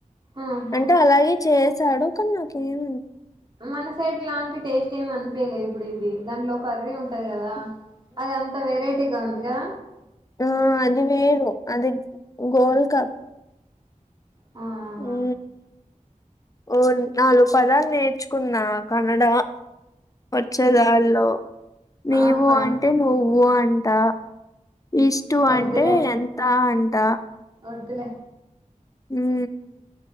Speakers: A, on the right; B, on the left.
A: ఆహా
B: అంటే అలాగే చేస్ సడు కన్నాక ఏం
A: అనఫైడ్ ఇలాంటి టేస్ట్ ఏమ అనిపియలే ఇప్పుడు ఇది దాంట్లో కర్రీ ఉంటది కదా
B: హ్మ్.
A: అది అంత వెరైటీగా ఉంది కా
B: ఆ అది వేరు అది గోల్ కప్
A: ఆ ఆహా
B: ఉ ఓ నాలుగు పదాలు నేర్చుకున్నా కన్నడ వచ్చేదాలో నీవు
A: ఆహా
B: అంటే నువ్వు అంటే అంత ఇష్టటు
A: వద్దులే
B: అంటే ఎంత అంట
A: వద్దులే
B: హు